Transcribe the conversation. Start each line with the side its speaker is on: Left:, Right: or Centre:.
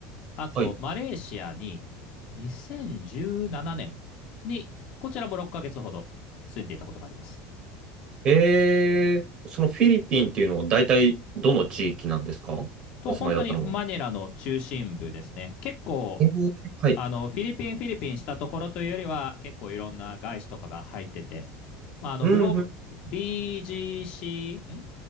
Left: あとマレーシアに2017年にこちらも6ヶ月ほど住んでいたことがあります。
Right: はい。えー、そのフィリピンっていうのは大体どの地域なんですかお住まいだったのは。
Left: と、本当にマニラの中心部ですね。結構
Right: えー、はい。
Left: あの、フィリピン、フィリピンしたところというよりは、結構いろんな外資とかが入ってて、まあ、あの、
Right: うん、
Left: グローブ、
Right: うん
Left: BGC、ん